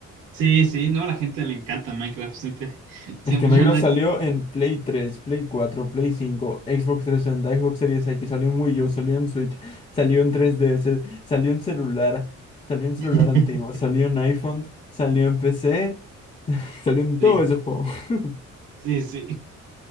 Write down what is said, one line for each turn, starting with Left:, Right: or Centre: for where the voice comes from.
Right: Sí, sí, no, a la gente le encanta Minecraft, siempre, <laughs> siempre
Left: Es que Minecraft
Right: anda
Left: salió
Right: con...
Left: en Play 3, Play 4, Play 5, Xbox 360, Xbox Series X, salió en Wii U, salió en Switch, salió en 3DS, salió en celular, salió en celular
Right: <laughs>
Left: antiguo, salió en iPhone, salió en PC, salió en
Right: Sí,
Left: todo ese juego. <laughs>
Right: sí, sí.